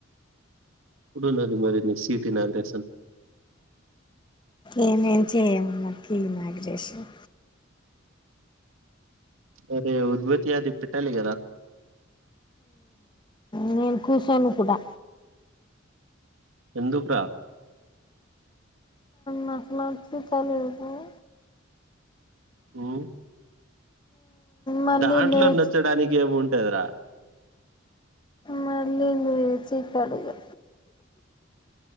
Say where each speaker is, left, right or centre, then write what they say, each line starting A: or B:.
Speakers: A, on the right; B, on the left.
A: ఇప్పుడు నాది మరి సీట్ ఇనాగరేషన్
B: ఏ నేం చేయను. మాగ్ గ్రేషన్
A: అరే ఉద్భతి అది పెట్టాలి కదా
B: నేను కూర్చోను కూడా
A: ఎందుకు
B: మాకు మస్తు పనుంటాయి
A: ఉ
B: మళ్ళీ
A: దాంట్లో
B: లేచి
A: నచ్చడానికి ఏమింట రా
B: మళ్ళీ విచితడు గా